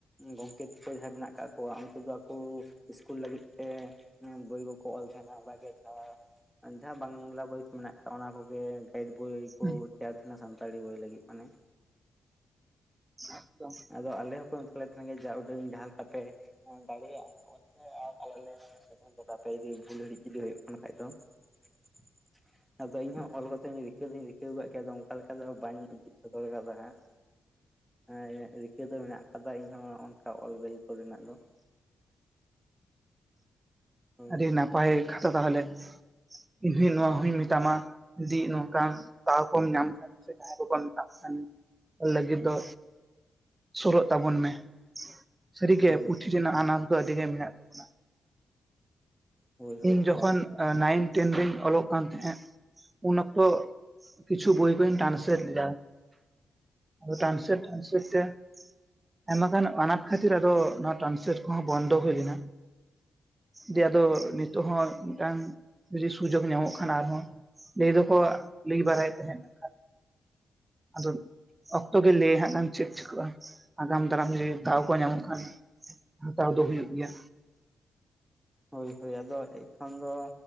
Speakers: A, in the centre; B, on the right.
A: ᱜᱚᱝᱠᱮ ᱛᱟᱠᱚ ᱡᱟᱦᱟᱸᱭ ᱢᱮᱱᱟᱜ ᱟᱠᱟᱫ ᱠᱚᱣᱟ ᱩᱱᱠᱩ ᱫᱚ ᱟᱠᱚ ᱤᱥᱠᱩᱞ ᱞᱟᱹᱜᱤᱫ ᱛᱮᱼᱼ ᱵᱳᱭ ᱠᱚᱠᱚ ᱚᱞ ᱛᱟᱦᱮᱱᱟ ᱚᱱᱠᱟᱜᱮ ᱡᱟᱦᱟᱸ ᱡᱟᱦᱟᱸ ᱵᱟᱝᱞᱟ ᱵᱳᱭ ᱠᱚ ᱢᱮᱱᱟᱜ ᱟᱠᱟᱫ ᱚᱱᱟ ᱠᱚᱜᱮᱼᱼ ᱴᱟᱭᱴ ᱵᱳᱭ ᱠᱚ
B: ᱦᱩᱸ
A: ᱛᱮᱭᱟᱨ ᱛᱟᱦᱮᱱᱟ ᱥᱟᱱᱛᱟᱲᱤ ᱵᱳᱭ ᱞᱟᱹᱜᱤᱫ ᱢᱟᱱᱮᱼᱼ
B: ᱮᱠᱫᱚᱢ
A: ᱟᱫᱚ ᱟᱞᱮ ᱦᱚᱸᱠᱚ ᱢᱮᱛᱟᱞᱮ ᱛᱟᱦᱮᱱ ᱜᱮᱭᱟ ᱡᱟ ᱩᱰᱟᱹ ᱰᱟᱦᱞ ᱠᱟ ᱠᱟᱛᱮ ᱫᱟᱲᱮᱭᱟᱜᱼᱟ᱾ ᱟᱞᱮ ᱞᱮ ᱡ ᱵᱷᱩᱞ ᱜᱷᱟᱹᱲᱤᱡ ᱡᱩᱫᱤ ᱦᱩᱭᱩᱜ ᱠᱟᱱ ᱠᱷᱟᱡ ᱫᱚᱼᱼ <unintelligible> ᱟᱫᱚ ᱤᱧᱦᱚᱸ ᱚᱞ ᱠᱟᱛᱮ ᱨᱤᱠᱟᱹᱧ ᱨᱤᱠᱟᱹᱣ ᱟᱠᱟᱫ ᱜᱮᱭᱟ ᱟᱫᱚ ᱚᱱᱠᱟ ᱞᱮᱠᱟ ᱫᱚ ᱵᱟᱹᱧ ᱩᱫᱩᱜ ᱥᱚᱫᱚᱨ ᱟᱠᱟᱫᱟ ᱦᱟᱸᱜᱼᱼ ᱦᱮᱸ ᱨᱤᱠᱟᱹ ᱫᱚ ᱢᱮᱱᱟᱜ ᱟᱠᱟᱫᱟ ᱤᱧ ᱦᱚᱸ ᱝᱠᱟ ᱚᱞ ᱵᱤᱞ ᱠᱚ ᱨᱮᱱᱟᱜ ᱫᱚᱼᱼ ᱦᱳᱭ
B: ᱟᱹᱰᱤ ᱱᱟᱯᱟᱭ ᱠᱟᱛᱷᱟ ᱛᱟᱦᱚᱞᱮ ᱤᱧᱦᱚᱸ ᱱᱚᱣᱟ ᱦᱚᱧ ᱢᱮᱛᱟᱢᱟᱼᱼ ᱡᱩᱫᱤ ᱱᱚᱝᱠᱟᱱ ᱫᱟᱣ ᱠᱚᱢ ᱧᱟᱢ ᱠᱷᱟᱱ ᱥᱮ ᱡᱟᱦᱟᱸᱟᱸᱭ ᱠᱚᱵ ᱢᱮᱛᱟᱜ ᱠᱷᱟᱱᱼᱼ ᱚᱞ ᱞᱟᱹᱜᱤᱫ ᱫᱚ ᱥᱩᱨᱚᱜ ᱛᱟᱵᱚᱱ ᱢᱮ ᱥᱟᱹᱨᱤᱜᱮ
A: ᱦᱳᱭ
B: ᱯᱩᱛᱷᱤ ᱨᱮᱱᱟᱜ ᱟᱱᱟᱴ ᱫᱚ ᱟᱹᱰᱤᱜ ᱢᱮᱱᱟᱜ ᱛᱟᱵᱚᱱᱟ᱾
A: ᱦᱳᱭ ᱦᱳᱭ
B: ᱤᱧ
A: ᱮᱠᱟᱞ
B: ᱡᱚᱠᱷᱚᱱ ᱱᱟᱭᱤᱱ ᱴᱮᱱ ᱨᱮᱤᱧ ᱚᱞᱚᱜ ᱠᱟᱱ ᱛᱟᱦᱮᱸᱫᱼᱼ ᱩᱱ ᱚᱠᱛᱚ ᱠᱤᱪᱷᱩ ᱵᱳᱭ ᱠᱚᱧ ᱴᱟᱱᱥᱞᱮᱴ ᱞᱮᱫᱟ᱾ ᱟᱫᱚ ᱴᱟᱱᱥᱮᱴ ᱴᱟᱱᱥᱮᱴ ᱛᱮ ᱟᱭᱢᱟ ᱜᱟᱱ ᱟᱱᱟᱴ ᱠᱷᱟᱹᱛᱤᱨ ᱟᱫᱚ ᱱᱚᱣᱟ ᱴᱨᱟᱱᱥᱞᱮᱴ ᱠᱚᱦᱚᱸ ᱵᱚᱱᱫᱚ ᱦᱩᱭ ᱞᱮᱱᱟ᱾ ᱡᱮ ᱟᱫᱚ ᱱᱤᱛᱚᱜ ᱦᱚᱸ ᱢᱤᱫᱴᱟᱝ ᱡᱫᱤ ᱥᱩᱡᱳᱜ ᱧᱟᱢᱚᱜ ᱠᱷᱟᱱ ᱟᱨᱦᱚᱸ ᱞᱟᱹᱭ ᱫᱚᱠᱚ ᱞᱟᱹᱭ ᱵᱟᱲᱟᱭ ᱛᱟᱦᱮᱸᱱᱟ ᱠᱷᱟᱱ ᱟᱫᱚ ᱚᱠᱛᱚ ᱜᱮ ᱞᱟᱹᱭ ᱦᱟᱜ ᱪᱮᱫ ᱪᱤᱠᱟᱹᱜᱼᱟ ᱟᱜᱟᱢ ᱫᱟᱨᱟᱢ ᱡᱩᱫᱤ ᱫᱟᱣ ᱠᱚ ᱧᱟᱢᱚᱜ ᱠᱷᱟᱱ ᱦᱟᱛᱟᱣ ᱫᱚ ᱦᱩᱭᱩᱜ ᱜᱮᱭᱟ᱾
A: ᱦᱳᱭ ᱦᱳᱭ, ᱟᱫᱚ ᱮᱠᱷᱟᱱ ᱫᱚ